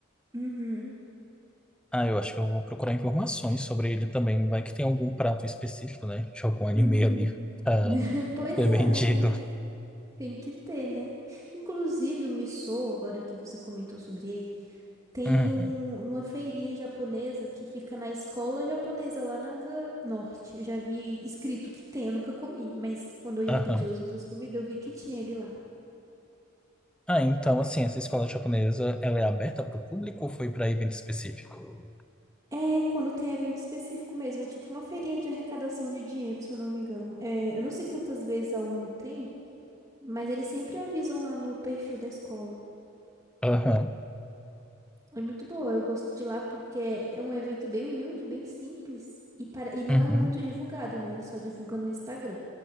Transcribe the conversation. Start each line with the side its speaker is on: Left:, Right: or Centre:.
Right: Uhum.
Centre: Ah, eu acho que eu vou procurar informações sobre ele também. Vai que tem algum prato específico, né? De algum anime
Right: Uhum.
Centre: ali ah,
Right: <laughs> Pois
Centre: ser
Right: é,
Centre: vendido.
Right: né? Tem que, tem que ter, né? Inclusive, o missô, agora que você comentou sobre ele, tem
Centre: Uhum,
Right: num, numa feirinha japonesa que fica na escola japonesa lá na Asa Norte. Eu já vi escrito que tem, eu nunca comi, mas quando eu ia
Centre: aham.
Right: pedir as outras comidas, eu vi que tinha ele lá.
Centre: Ah, então, assim, essa escola japonesa, ela é aberta para o público ou foi para evento específico?
Right: É, quando tem evento específico mesmo, é tipo uma feirinha de arrecadação de dinheiro, se eu não me engano. É, eu não sei quantas vezes ao ano tem, mas eles sempre avisam lá no perfil da escola.
Centre: Aham,
Right: É muito boa, eu gosto de lá porque é um evento bem humilde, bem simples e, para... e não
Centre: uhum.
Right: é muito divulgado, né? Ele só divulga no Instagram.